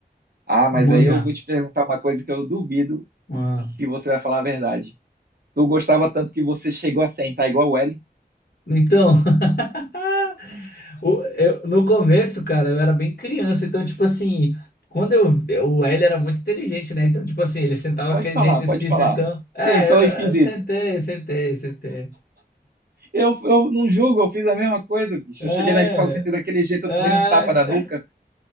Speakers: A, on the right; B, on the left.
A: Ah, mas
B: O mangá.
A: aí eu vou te perguntar uma coisa que eu duvido
B: Ah.
A: que você vai falar a verdade. Tu gostava tanto que você chegou a sentar igual o Ellen.
B: Então, <laughs> O- eu- no começo, cara, eu era bem criança, então, tipo assim, quando eu. O L era muito inteligente, né? Então, tipo assim, ele sentava
A: Pode
B: aquele
A: falar,
B: jeito
A: pode
B: esquisitão.
A: falar. Sentou
B: É, eu,
A: esquisito.
B: eu sentei, sentei, sentei.
A: Eu, eu não julgo, eu fiz a mesma coisa, bicho.
B: É,
A: Eu cheguei na escola, sentei daquele jeito,
B: é.
A: eu tomei um tapa na nuca.